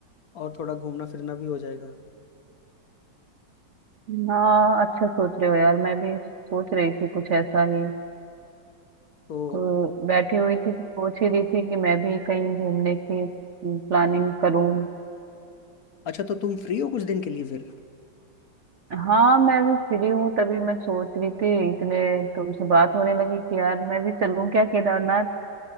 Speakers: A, on the left; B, on the right.
A: और थोड़ा घूमना फिरना भी हो जाएगा
B: हाँ अच्छा सोच रहे हो यार मैं भी सोच रही थी कुछ ऐसा ही
A: तो
B: को- बैठी हुई थी तो सोच ही रही थी कि मैं भी कहीं घूमने की प्लानिंग करूं
A: अच्छा तो तुम फ्री हो कुछ दिन के लिए फिर
B: हाँ मैं भी फ्री हूँ तभी मैं सोच रही थी इतने तुमसे बात होने लगी कि यार मैं भी चलूं क्या केदारनाथ